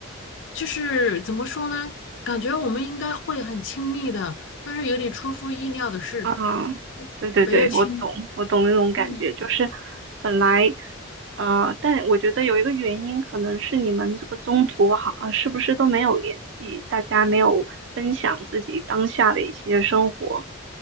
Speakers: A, on the left; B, on the right.
A: 就是怎么说呢？感觉我们应该会很亲密的，但是有点出乎意料的是，
B: 啊，
A: 嗯没有亲，
B: 对对对，我懂，我懂那种感觉，
A: 嗯，
B: 就是本来，呃，但我觉得有一个原因，可能是你们这个中途好，啊，是不是都没有联系，大家没有分享自己当下的一些生活，